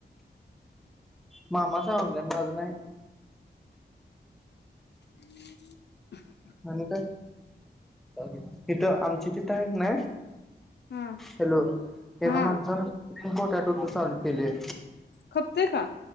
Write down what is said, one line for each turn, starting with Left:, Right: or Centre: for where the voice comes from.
Centre: मामाचा ऑनलाईन माझ नाही.
Left: <inaudible>
Centre: आणि काय तिथं, आमची तिथं, आहेत ना
Left: हा
Centre: हॅलो
Left: हा
Centre: एका माणसान बोटात फक्त चालू केलेय.
Left: खपतोय का?